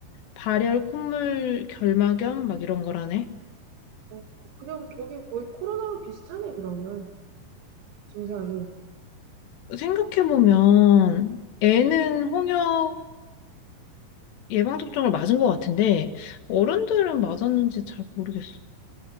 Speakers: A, on the left; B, on the right.
A: 발열, 콧물, 결막염, 막 이런 거라네.
B: 어, 그냥 저기 거의 코로나랑 비슷하네, 그러면. 증상이.
A: 생각해보면 애는 홍역 예방접종을 맞은 것 같은데 어른들은 맞았는지 잘 모르겠어.